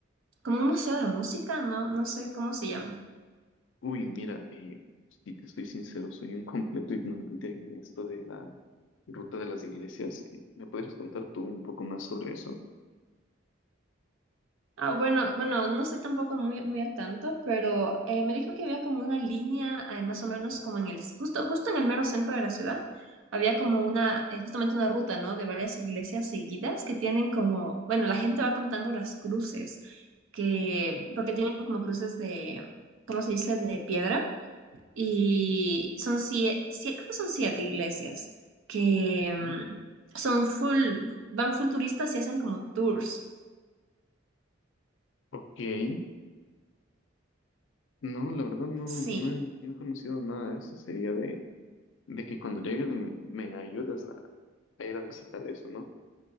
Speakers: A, on the right (about 80°); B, on the left (about 65°).
A: como un museo de música, no, no sé cómo se llame.
B: Uy, mira, eh, si te estoy sincero, soy un completo ignorante en esto de la ruta de las iglesias. eh, ¿Me podrías contar tú un poco más sobre eso?
A: Ah, bueno, bueno, no estoy tampoco muy, muy al tanto, pero eh, me dijo que había como una línea, eh, más o menos como en el, justo, justo en el mero centro de la ciudad, había como una, eh, justamente una ruta, ¿no? De varias iglesias seguidas que tienen como, bueno, la gente va contando las cruces, que, porque tienen como cruces de, ¿cómo se dice? De piedra, y son siete, creo que son siete iglesias, que mm,
B: ¿no?
A: son full, van full turistas y hacen como tours.
B: Ok, no, la verdad no,
A: Sí,
B: no he, no he conocido nada de eso. Sería de, de que cuando llegues me, me ayudes a, a ir a visitar eso, ¿no?